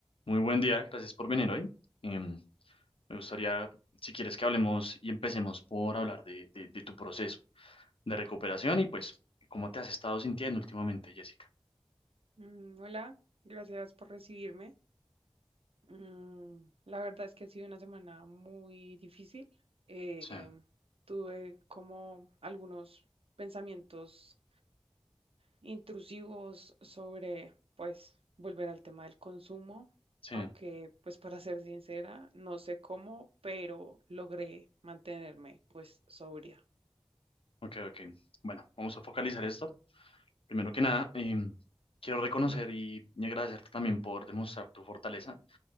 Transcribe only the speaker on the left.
Muy buen día, gracias por venir hoy. Em, me gustaría, si quieres, que hablemos y empecemos por hablar de, de- de tu proceso de recuperación y pues cómo te has estado sintiendo últimamente, Jessica.
Sí,
sí,
ok, ok. Bueno, vamos a focalizar esto. Primero que nada, em, quiero reconocer y, y agradecerte también por demostrar tu fortaleza,